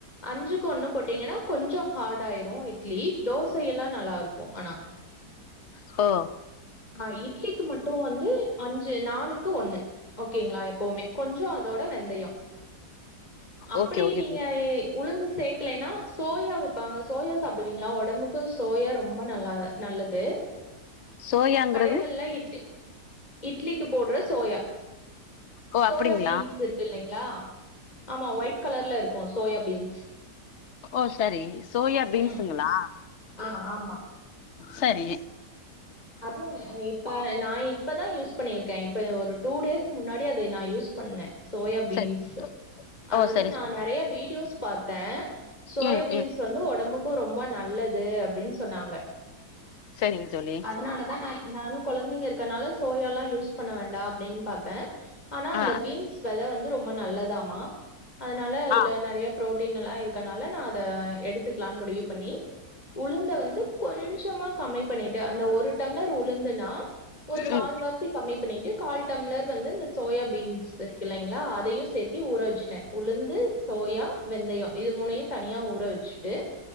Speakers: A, on the left; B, on the left.
A: அஞ்சுக்கு ஒண்ணு போட்டீங்கன்னா கொஞ்சோ ஹார்ட் ஆயிரு இட்லி தோசை எல்லா நல்லா இருக்கு ஆனா
B: ஹோ
A: ஆஹ் இட்லிக்கு மட்டு வந்து அஞ்சு நாலுக்கு ஒண்ணு ஓகேங்களா எப்பவுமே கொஞ்சோ அதோட வெந்தயோ அப்படி
B: ஓகே ஓகே
A: நீங்க
B: தோழி
A: உளுந்து சேக்கலேனா சோயா விப்பாங்க சோயா சாப்டுவீங்களா உடம்புக்கு சோயா ரொம்ப நல்லா நல்லது
B: சோயாங்கிறது
A: கடைகங்ல இட்லி இட்லிக்கு போட்ற சோயா
B: ஓ
A: சோயா
B: அப்டிங்களா
A: பீன்ஸ் இருக்கு இல்லிங்ளா ஆமா ஒயிட் கலர்ல இருக்கு சோயா பீன்ஸ்
B: ஓ சரி சோயா பீன்ஸுங்களா
A: ம். ஆ ஆமா.
B: சரி
A: அதுவொன்னு இப்ப நா இப்பதா யூஸ் பண்ணிருக்கே இப்ப ஒரு டூ டேஸ்க்கு முன்னாடி அதை நா யூஸ் பண்ணே சோயாபீன்ஸ்
B: சரி
A: அத
B: ஓ
A: வந்து
B: சரி
A: நா
B: சரி
A: நெறய வீடியோஸ் பாத்த சோயாபீன்ஸ்
B: ம் ம்
A: வந்து உடம்புக்கு ரொம்ப நல்லது அப்டின் சொன்னாங்க
B: செரிங்க தோழி
A: அதனாலதா நா நானு கொழந்தைங்க இருக்கனால சோயால்லா யூஸ் பண்ண வேண்டா அப்டின்னு பாத்த ஆனா அந்த
B: ஆ
A: பீன்ஸ் வெத வந்து ரொம்ப நல்லதாமா அதனால அதுல
B: ஆ
A: நெறய புரோட்டீன்னல்லா இருக்கனால நா அதை எடுத்துக்கலான்னு முடிவு பண்ணி உளுந்த வந்து கொஞ்சமா கம்மி பண்ணிட்டு அந்த ஒரு டம்ளர் உளுந்துனா ஒரு கால்
B: ம்
A: வாசி கம்மி பண்ணிட்டு கால் டம்ளர் வந்து இந்த சோயா பீன்ஸ் இருக்கு இல்லைங்களா அதையு சேர்த்தி ஊற வச்சுட்டே உளுந்து சோயா வெந்தயோ இது மூணையு தனியா ஊற வெச்சு டு